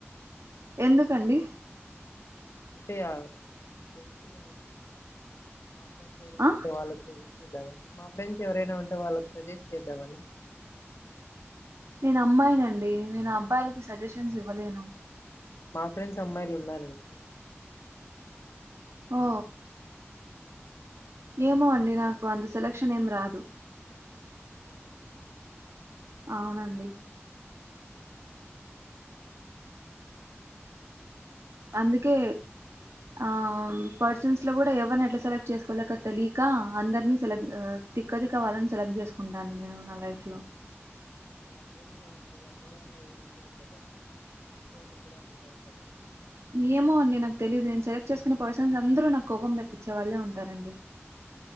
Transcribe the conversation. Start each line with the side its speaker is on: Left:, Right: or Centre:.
Right: ఎందుకండీ
Left: అంటే ఆ తెలుసుకుందామని మా ఫ్రెండ్స్ ఎవరైనా
Right: ఆ
Left: ఉంటే వాళ్లకి తెలుసు చేద్దామని మా ఫ్రెండ్స్ ఎవరైనా ఉంటే వాళ్లకి సజెస్ట్ చేద్దామని
Right: నేను అమ్మాయినండి నేను అబ్బాయిలకి సజెషన్స్ ఇవ్వలేను.
Left: మా ఫ్రెండ్స్ అమ్మాయిలు ఉన్నారండి.
Right: ఓ.. ఏమో అండి నాకు అంత సెలక్షన్ ఏం రాదు.
Left: అవునా
Right: అవునండి అందుకే ఆమ్ పర్సన్స్ లో కూడా ఎవరిని ఎలా సెలెక్ట్ చేసుకోవాలో తెలియక అందవర్ని సెలెక్ట్ తిక్క తిక్క వాళ్ళని సెలెక్ట్ చేసుకుంటానండి నేను నా లైఫ్ లో.
Left: అలా ఏం లేదండి. అందరూ అలా ఏం ఉండరు కదా మంచి వాళ్ళు కూడా ఉంటారు కదా.
Right: ఏమో అండి నాకు తెలీదు నేను సెలెక్ట్ చేసుకునే పర్సన్స్ అందరూ నాకు కోపం తెప్పించే వాళ్లే ఉంటారండి.